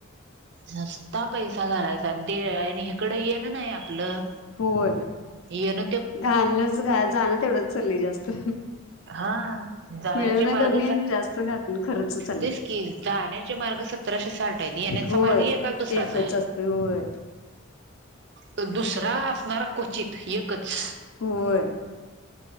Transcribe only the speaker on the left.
होय
घालणच घा जाणं तेवढंच चाललंय जास्त
मिळवणं
कमी आणि जास्त घालणं खर्च चाललंय
होय
एकच
असतोय होय.
होय.